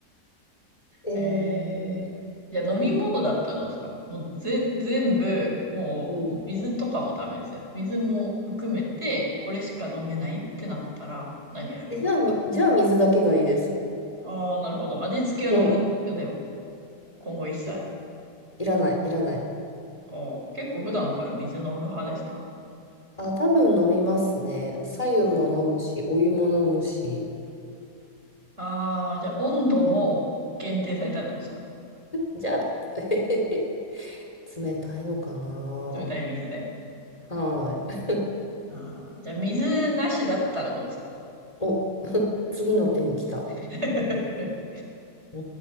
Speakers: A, on the left; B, on the right.
A: えー、
B: へえ。じゃあ飲み物だったらどうですかもうぜ、
A: うん、
B: 全部、もう、
A: うん。
B: もう水とかもダメですよ。水も含めて、これしか飲めないってなったら何選びますか
A: えじゃあ、み、じゃあ水だけがいいです。
B: ああー、なるほど。味付けは飲むんですよ、
A: うん
B: でも。今後一切。
A: えいらない、いらない。
B: おう結構普段から水飲む派ですか
A: あ、多分飲みますね。白湯も飲むし、
B: あ
A: お湯も飲むし。
B: ーあー、じゃあ温度も限定されたらどうですか
A: じゃあ、<laughs> 冷たいのかな。
B: 冷たい水で。
A: はい。
B: あーじゃあ水なしだったらどうですか
A: お、次の手に来た。
B: <laughs>
A: う